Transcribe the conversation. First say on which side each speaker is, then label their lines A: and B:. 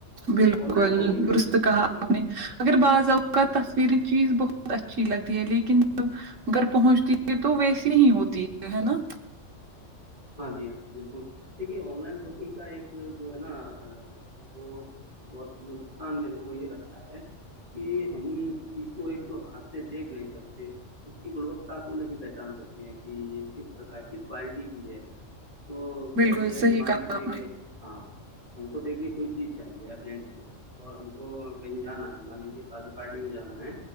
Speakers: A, on the right; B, on the right.
A: تو
B: بالکل
A: آن لائن شاپنگ بھی
B: درست
A: اچھا
B: کہا آپ نے اگر بعض اوقات تصویری چیز بہت اچھی لگتی ہے لیکن جب گھر پہنچتی ہے تو ویسی نہیں ہوتی ہے ہے نا
A: ہاں جی ہاں جی بالکل دیکھیے آن لائن شاپنگ کا ایک جو ہے نا وہ بہت جو نقصان میرے کو یہ لگتا ہے کہ ہم چیز کو ایک تو ہاتھ سے دیکھ نہیں سکتے اس کی گنوتتا کو نہیں پہچان سکتے ہیں کہ یہ کس پرک کس پارٹی کی تو پھر
B: بالکل
A: جیسے
B: صحیح
A: مان
B: کہا
A: لیجے
B: آپ نے
A: کہ ہاں ہم کو دیکھیے کوئی چیز چاہیے ارجنٹ کو اور ہم کو کہیں جانا ہے مان لیجے شادی پارٹی میں جانا ہے